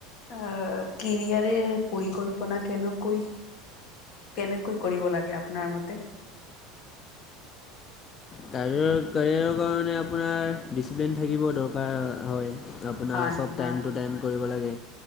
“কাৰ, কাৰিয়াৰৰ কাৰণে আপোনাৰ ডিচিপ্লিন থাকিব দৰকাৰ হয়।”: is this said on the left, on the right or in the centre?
Left